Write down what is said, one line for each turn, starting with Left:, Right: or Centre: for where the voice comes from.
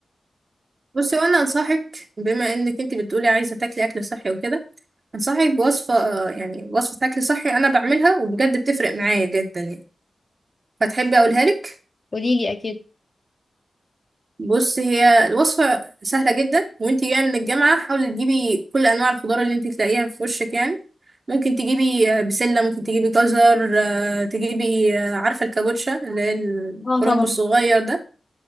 Right: بصي وانا انصحك بما انك انت بتقولي عايزه تاكلي اكل صحي وكده انصحك بوصفه آه، يعني وصفه اكل صحي انا بعملها وبجد بتفرق معايا جدا يعني فتحبي اقولها لك
Left: قولي لي اكيد
Right: بصي هي الوصفه سهله جدا وانت جايه من الجامعه حاولي تجيبي كل انواع الخضار اللي انت تلاقيها في وشك يعني ممكن تجيبي آه، بسله ممكن تجيبي جزر آه، تجيبي آه، عارفه الكابوتشا اللي هي الكرنب
Left: اه طبعا
Right: الصغير ده